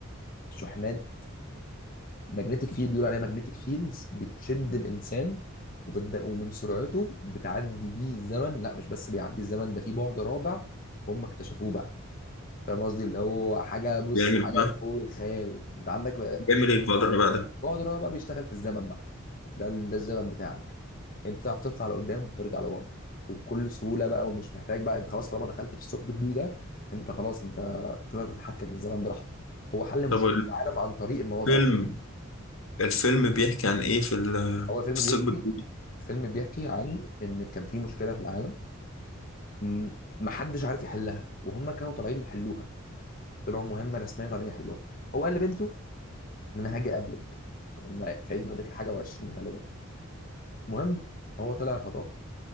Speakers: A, on the left (about 40°); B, on the left (about 70°).
A: شحنات ماجنتيك فيلد بيقول عليها ماجنتيك فيلدز بتشد الإنسان وبت- ومن سرعته بتعدي بيه الزمن لا مش بس بيعدي الزمن ده في بعد رابع هم اكتشفوه بقى فاهم قصدي اللي هو حاجة بص
B: بيعمل
A: حاجة
B: ايه بقى
A: فوق الخيال انت عندك
B: بيعمل ايه البقدر بقى ده
A: بعد الرابع بقى بيشتغل في الزمن بقى ده ده الزمن بتاعك انت تعرف تطلع لقدام وترجع لورا وبكل سهوله بقى ومش محتاج بقى انت خلاص طالما دخلت في الثقب الدوي ده انت خلاص انت تقدر تتحكم في الزمن براحتك هو حل
B: طب
A: مشكله العالم عن طريق الموضوع
B: الفيلم
A: ده اصلا
B: الفيلم بيحكي عن ايه في ال-
A: هو الفيلم
B: في الثقب
A: بيحكي
B: الجديد
A: الفيلم بيحكي عن ان كان في مشكله في العالم م- محدش عارف يحلها وهم كانوا طالعين يحلوها طلعوا مهمه رسميه طالعين يحلوها هو قال لبنته ان انا هاجي اقابلك لما في عيد ميلادك الحاجه و20 غالبا المهم هو طلع الفضاء